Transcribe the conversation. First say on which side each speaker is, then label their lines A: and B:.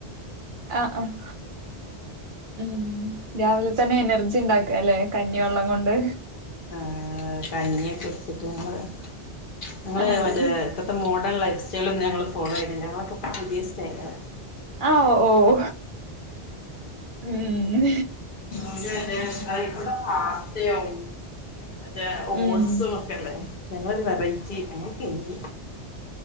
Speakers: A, on the right; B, on the left.
A: ആഹ് ആഹ് ഉം രാവിലെ തന്നെ എനർജി ഉണ്ടാക്കല്ലെ കഞ്ഞിവെള്ളം കൊണ്ട്
B: ആഹ് കഞ്ഞിയൊക്കെ കുട്ച്ച്ട്ട് ഞങ്ങെൾ ഞങ്ങെൾ
A: അതെ
B: മറ്റേ ഇപ്പത്തെ മോഡേൺ ലൈഫ് സ്റ്റൈൽ ഒന്നും ഞങ്ങെൾ ഫോളോ ചെയ്യ്ണില്ല ഞങ്ങളൊക്കെ പുതിയ സ്റ്റെയിലാണ്
A: ആഹ് ഓഹ് ഉം
B: അതെലെ അയ്ക്കൂടെ <unintelligible> ത്തെ ആവും മറ്റേ ഓട്സും
A: ഉം
B: ഒക്കെല്ലെ ഞങ്ങളൊരു വെറൈറ്റി ഞങ്ങെൾക്ക് ഇനി